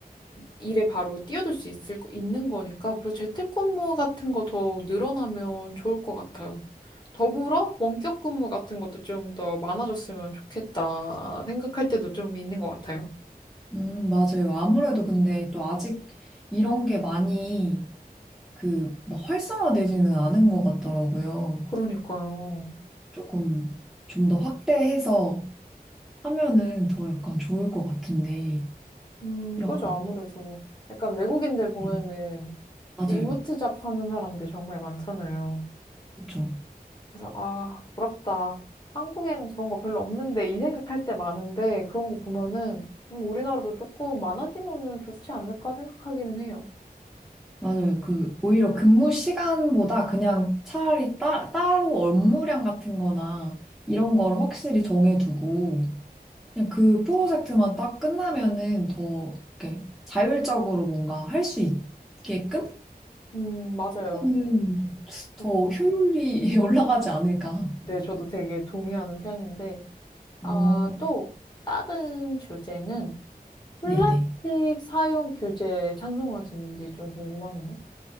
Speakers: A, on the left; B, in the centre.
A: 일에 바로 뛰어들 수 있을 거- 있는 거니까 그래서 재택근무 같은 거 더 늘어나면 좋을 것 같아요. 더불어 원격 근무 같은 것도 좀 더 많아졌으면 좋겠다 생각할 때도 좀 있는 것 같아요.
B: 음, 맞아요. 아무래도 근데 또 아직 이런 게 많이 그 막 활성화되지는 않은 것 같더라고요.
A: 그러니까요.
B: 조금 좀 더 확대해서 하면은 더 약간 좋을 것 같은데,
A: 음,
B: 이렇게,
A: 그죠.
B: 안-
A: 아무래도 약간 외국인들 보면은
B: 음, 맞아요.
A: 리모트 잡 하는 사람들 정말 많잖아요.
B: 그쵸.
A: 그래서 아, 부럽다. 한국에는 그런 거 별로 없는데 이 생각할 때 많은데 그런 거 보면은 음, 우리나라도 조금 많아지면은 좋지 않을까 생각하기는 해요.
B: 맞아요. 그, 오히려 근무 시간보다 그냥 차라리 따, 따로 업무량 같은 거나 이런 걸 확실히 정해두고 그냥 그 프로젝트만 딱 끝나면은 더 이렇게 자율적으로 뭔가 할 수 있게끔
A: 음, 맞아요.
B: 하면은
A: 저,
B: 더 효율이 <laughs> 올라가지 않을까.
A: 네, 저도 되게 동의하는 편인데 아,
B: 어,
A: 또 다른 주제는 플라스틱
B: 네네.
A: 사용 규제 찬성하시는지 좀 궁금하네요.